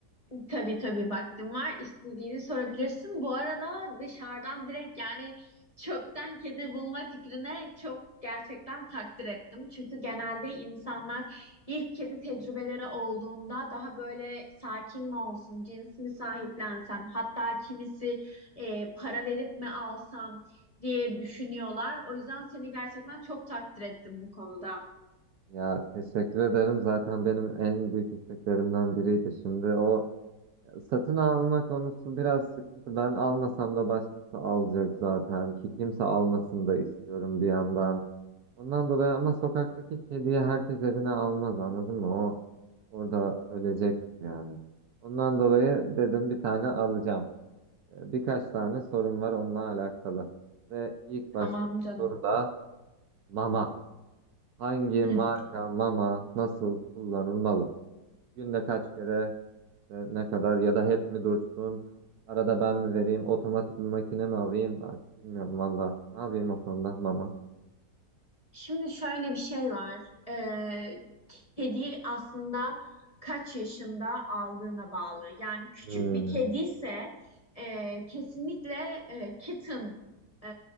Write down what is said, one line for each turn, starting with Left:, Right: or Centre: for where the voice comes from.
Left: Tabii tabii vaktim var. İstediğini sorabilirsin. Bu arada dışarıdan direkt yani çöpten kedi bulma fikrine çok gerçekten takdir ettim. Çünkü genelde insanlar ilk kedi tecrübeleri olduğunda daha böyle sakin mi olsun, cins mi sahiplensem, hatta kimisi e, para verip mi alsam diye düşünüyorlar. O yüzden seni gerçekten çok takdir ettim bu konuda.
Right: Ya teşekkür ederim. Zaten benim en büyük isteklerimden biriydi. Şimdi o satın alma konusu biraz sıkıntı. Ben almasam da başkası alacak zaten ki kimse almasın da istiyorum bir yandan. Ondan dolayı ama sokaktaki kediyi herkes evine almaz anladın mı? O orada ölecektir yani. Ondan dolayı dedim bir tane alacağım. Ee, Birkaç tane sorum var onunla alakalı. Ve ilk baştaki
Left: Tamam canım.
Right: soru da mama. Hangi marka
Left: Hı.
Right: mama nasıl kullanılmalı? Günde kaç kere işte ne kadar ya da hep mi dursun? Arada ben mi vereyim? Otomatik bir makine mi alayım? Artık bilmiyorum valla. Ne yapayım o konuda mama?
Left: Şimdi şöyle bir şey var. Ee, kedi aslında kaç yaşında aldığına bağlı. Yani küçük
Right: Hmm.
Left: bir kedi ise e, kesinlikle e, kitten e,